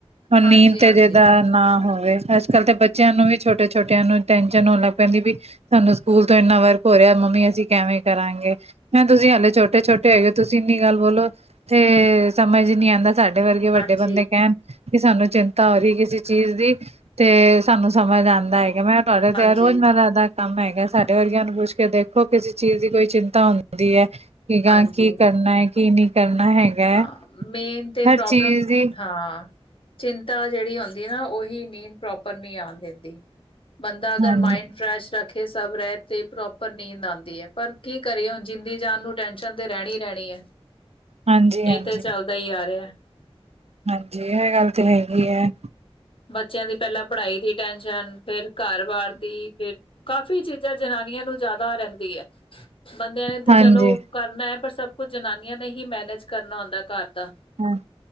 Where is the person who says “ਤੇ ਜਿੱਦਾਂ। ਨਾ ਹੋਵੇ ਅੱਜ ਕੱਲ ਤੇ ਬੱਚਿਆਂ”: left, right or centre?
Right